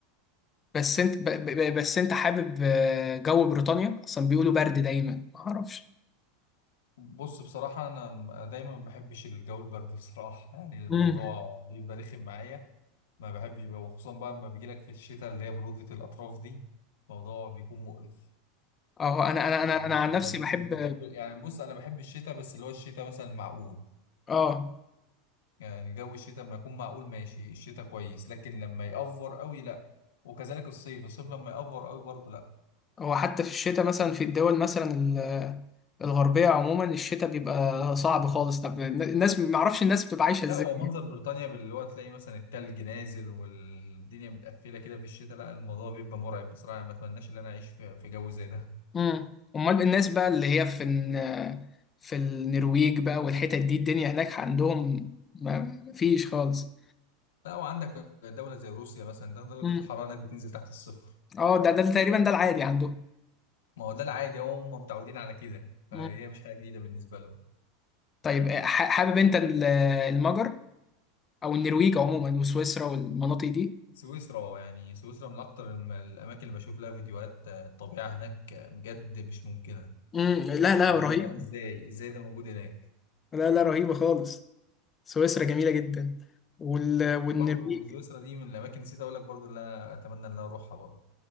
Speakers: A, on the left; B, on the left.
A: بس انت ب... ب... بس انت حابب آه، جو بريطانيا اصلا بيقولوا برد دايما ما اعرفش
B: بص بصراحة انا م- دايما ما بحبش الجو البرد بصراحة <laughs> يعني الموضوع
A: مم.
B: بيبقى رخم معايا ما بحبش وخصوصا بقى لما بيجيلك في الشتاء اللي هي برودة الاطراف دي الموضوع بيكون مقرف
A: اه انا انا
B: أنا
A: انا انا
B: مش
A: عن نفسي بحب
B: مش من محب يعني بص انا بحب الشتاء بس اللي هو الشتاء مثلا معقول
A: اه
B: يعني الجو الشتاء لما يكون معقول ماشي الشتاء كويس لكن لما يأفور قوي لا وكذلك الصيف الصيف لما يأفور قوي برضه لا
A: هو حتى في الشتاء مثلا في الدول مثلا ال- الغربية عموما الشتاء بيبقى صعب خالص طب الناس ما اعرفش الناس بتبقى عايشة ازاي
B: لا هو منظر بريطانيا باللي هو تلاقي مثلا التلج نازل والدنيا متقفلة كده في الشتاء لا الموضوع بيبقى مرعب بصراحة ما اتمناش ان انا اعيش في في جو زي ده
A: امم امال الناس بقى اللي هي في الن- في النرويج بقى والحتت دي الدنيا هناك عندهم ما ما فيش خالص
B: لا وعندك دولة زي روسيا مثلا ده درجة
A: امم
B: الحرارة هناك بتنزل تحت الصفر
A: اه ده ده تقريبا ده العادي عندهم
B: ما هو ده العادي هو هم متعودين على كده فهي
A: مم.
B: مش حاجة جديدة بالنسبة لهم
A: طيب آه، ح- حابب انت ال- المجر او النرويج عموما وسويسرا والمناطق دي
B: سويسرا يعني سويسرا من أكتر الم- الأماكن اللي بشوف لها فيديوهات آه، الطبيعة هناك آه، بجد مش ممكنة
A: امم لا لا
B: اللي
A: رهيب
B: هو ازاي ازاي ده موجود هناك
A: لا لا رهيبة خالص سويسرا جميلة جدا وال... والنرويج
B: برضو سويسرا دي من الاماكن نسيت اقول لك برضو اللي انا اتمنى ان انا اروحها برضو